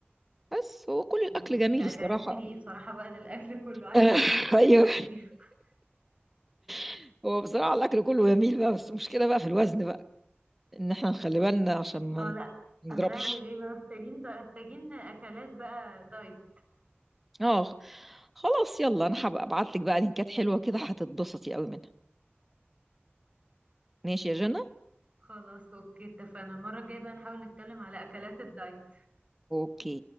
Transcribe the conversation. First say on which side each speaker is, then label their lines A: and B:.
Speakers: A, in the centre; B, on the right.
A: بس هو كل الأكل
B: امم
A: جميل
B: لا
A: الصراحة
B: جريت ريقي بصراحة بقى للأكل كله عايزة
A: <laughs>
B: أقوم أكل
A: أيوه
B: دلوقتي <laughs>
A: <laughs> هو بصراحة الأكل كله جميل بقى بس المشكلة بقى في الوزن بقى إن إحنا نخلي بالنا عشان ما
B: اه لا
A: نضربش
B: هنعمل ايه بقى محتاجين ده محتاجين اكلات بقى دايت
A: اه خ- خلاص يلا انا هبقى ابعت لك بقى لينكات حلوه كده هتتبسطي قوي منها ماشي يا جنى
B: خلاص أوكي اتفقنا المرة الجاية بقى نحاول نتكلم على أكلات الدايت
A: اوكي